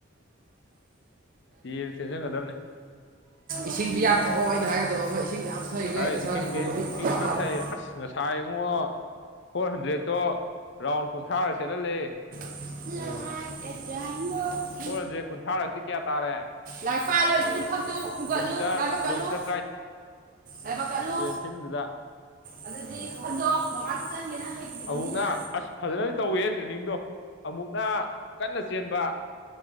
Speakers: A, on the left; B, on the right.
A: ꯗꯤꯌꯦꯖꯨ ꯆꯦꯟꯖꯟꯒꯗꯝꯅꯦ
B: ꯏꯁꯤꯡꯗꯤ ꯌꯥꯝ ꯊꯛꯑꯣ ꯑꯩꯅ ꯍꯥꯏꯒꯗꯕ ꯑꯃ ꯏꯁꯤꯡ ꯌꯥꯝ ꯊꯛꯏꯒꯩ
A: ꯑꯩ
B: ꯅꯁꯥ
A: ꯏꯁꯤꯡꯗꯤ
B: ꯔꯤꯀꯣꯕꯔꯤ
A: ꯏꯁꯤꯡꯗꯤ
B: ꯐꯖꯅ
A: ꯐꯅ
B: ꯂꯥꯛꯀꯅꯤ
A: ꯊꯛꯑꯦ ꯑꯁ ꯉꯁꯥꯏ ꯏꯡꯉꯣ ꯐꯣꯔ ꯍꯟꯗ꯭ꯔꯦꯗꯠꯇꯣ ꯔꯥꯎꯟ ꯀꯨꯟꯊ꯭ꯔꯥꯒ ꯆꯦꯜꯍꯜꯂꯦ
B: <unintelligible> <unintelligible>
A: ꯐꯣꯔ ꯍꯟꯗ꯭ꯔꯦꯠ ꯀꯨꯟꯊ꯭ꯔꯥꯔꯛꯇꯤ ꯀꯌꯥ ꯇꯥꯔꯦ
B: ꯂꯥꯏꯔꯤꯛ ꯄꯥꯗ꯭ꯔꯗꯤ ꯑꯗꯨ ꯐꯛꯇꯨ ꯍꯨꯒꯠꯂꯨ
A: ꯀꯤꯂꯣꯃꯤꯇꯔ
B: ꯂꯥꯏꯕꯛ
A: ꯀꯤꯂꯣꯃꯤꯇꯔ
B: ꯀꯠꯂꯨ ꯂꯥꯏꯕꯛ ꯀꯠꯂꯨ
A: ꯐꯤꯟꯗꯨꯗ
B: ꯑꯗꯨꯗꯤ ꯍꯟꯗꯣ ꯃꯃꯥ ꯀꯤꯠꯆꯟꯒꯤ ꯅꯪ ꯍꯩꯇ꯭ꯔꯤꯕꯅꯤꯅ
A: ꯑꯃꯨꯛꯅ ꯑꯁ ꯐꯖꯅ ꯇꯧꯋꯦꯍꯦ ꯇ꯭ꯔꯦꯅꯤꯡꯗꯣ ꯑꯃꯨꯛꯅ ꯀꯟꯅ ꯆꯦꯟꯕ